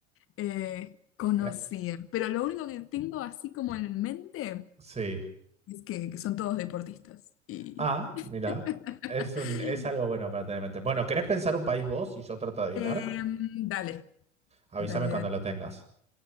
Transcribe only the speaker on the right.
Eh,
Sí.
Ah,
mira. Es un, es algo bueno para tener en mente. Bueno, ¿querés pensar un país vos y yo trato de adivinar?
Avísame
cuando
lo tengas.